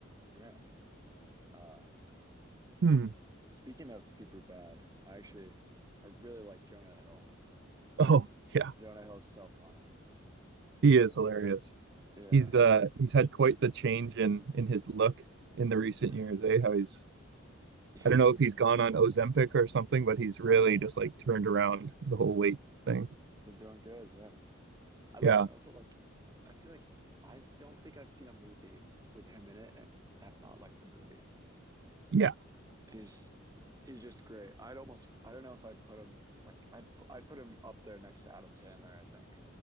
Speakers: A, on the right (about 20°); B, on the right (about 60°).
A: Yeah. Uh,
B: Hmm.
A: speaking of super bad, I actually I really like Jonah Hill.
B: Oh yeah,
A: Jonah Hill's so funny.
B: he is hilarious.
A: Yeah.
B: he's uh he's had quite the change in in his look in the recent
A: hmm
B: years, eh? How he's
A: <laughs>
B: I don't know if he's gone on Ozempic or something, but he's really
A: I don't
B: just
A: know.
B: like turned around the whole weight thing.
A: It's been doing good. Yeah. I like.
B: Yeah.
A: I also like. I feel like I don't think I've seen a movie with him in it and have not liked the movie.
B: Yeah.
A: He's he's just great. I'd almost. I don't know if I'd put him like. I'd I'd put him up there next to Adam Sandler. I think.